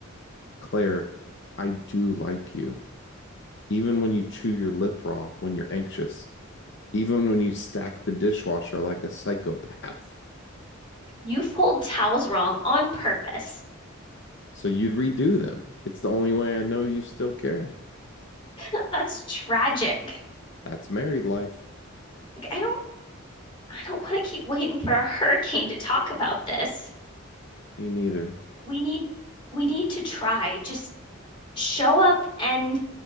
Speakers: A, on the left; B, on the left.
A: Claire, I do like you. Even when you chew your lip raw when you're anxious, even when you stack the dishwasher like a psychopath. <laughs>
B: You fold towels wrong on purpose.
A: So you'd redo them. It's the only way I know you still care.
B: <laughs> That's tragic.
A: That's married life.
B: Like, I don't I don't want to keep waiting for a hurricane to talk about this.
A: Me neither.
B: we need we need to try. Just show up and,